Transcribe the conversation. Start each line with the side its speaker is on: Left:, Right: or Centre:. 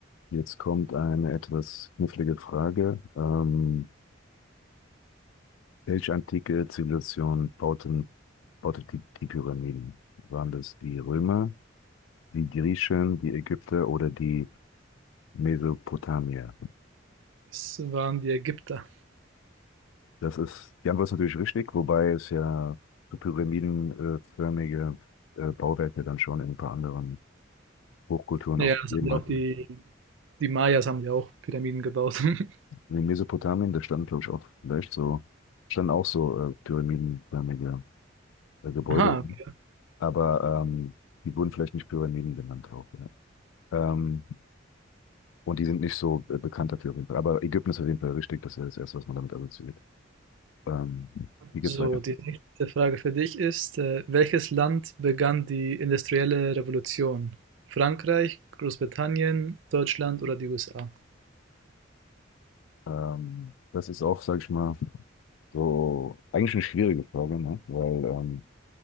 Left: Jetzt kommt eine etwas knifflige Frage. Ähm, welche antike Zivilisation bauten, baute die, die Pyramiden? Waren das die Römer, die Griechen, die Ägypter oder die Mesopotamier?
Right: Das waren die Ägypter.
Left: Das ist, die Antwort ist natürlich richtig, wobei es ja so pyramidenförmige äh, Bauwerke dann schon in ein paar anderen Hochkulturen
Right: Ja,
Left: auch
Right: ja, das
Left: gegeben
Right: haben ja
Left: hatten.
Right: auch die, die Mayas haben ja auch Pyramiden gebaut. <laughs>
Left: In Mesopotamien, da standen, glaube ich, auch vielleicht so, standen auch so äh, pyramidenförmige äh, Gebäude.
Right: Aha, okay.
Left: aber ähm, die wurden vielleicht nicht Pyramiden genannt auch. Ja. Ähm, und die sind nicht so äh, bekannt dafür auf jeden Fall. Aber Ägypten ist auf jeden Fall richtig, das ist das Erste, was man damit assoziiert. Ähm, wie geht's
Right: so,
Left: weiter?
Right: die nächste Frage für dich ist, äh, welches Land begann die industrielle Revolution? Frankreich, Großbritannien, Deutschland oder die USA?
Left: Ähm, das ist auch, sag ich mal, so eigentlich eine schwierige Frage, ne? Weil ähm,